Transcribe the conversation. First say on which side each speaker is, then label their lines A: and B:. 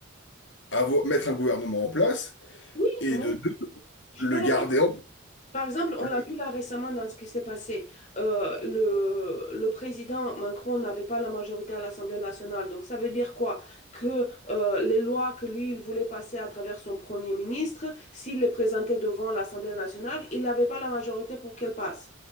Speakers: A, on the left (about 60°); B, on the left (about 35°).
A: avoir- mettre un gouvernement en place,
B: Oui,
A: et
B: moi,
A: de deux,
B: je
A: le
B: suis pas d'accord.
A: garder en...
B: Par exemple, on
A: le-
B: l'a vu là récemment dans ce qui s'est passé. Euh, le, le président Macron n'avait pas la majorité à l'Assemblée nationale. Donc ça veut dire quoi? Que euh, les lois que lui, il voulait passer à travers son premier ministre, s'il les présentait devant l'Assemblée nationale, il n'avait pas la majorité pour qu'elles passent.